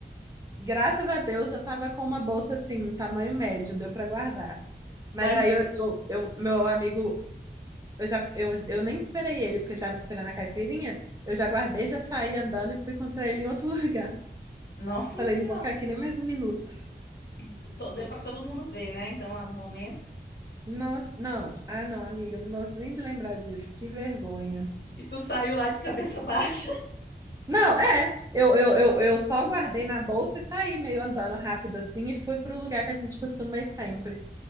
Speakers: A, on the right; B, on the left.
A: Graças a Deus eu tava com uma bolsa assim, tamanho médio, deu pra guardar. Mas
B: Mas
A: aí eu, eu, eu- meu amigo Eu já, eu, eu nem esperei ele, porque ele tava esperando a caipirinha. Eu
B: Uhum.
A: já guardei, já saí andando e fui encontrar ele em outro <laughs> lugar.
B: Nossa
A: Falei,
B: Senhora.
A: não vou ficar aqui nem mais um minuto.
B: E t- to- deu pra todo mundo ver, né? Então, lá no momento.
A: Nossa, não. Ah, não, amiga, eu não gosto nem de lembrar disso. Que vergonha.
B: E tu saiu lá de cabeça baixa.
A: Não, é. Eu, eu, eu, eu só guardei na bolsa e saí meio andando rápido assim e fui pro lugar que a gente costuma ir sempre.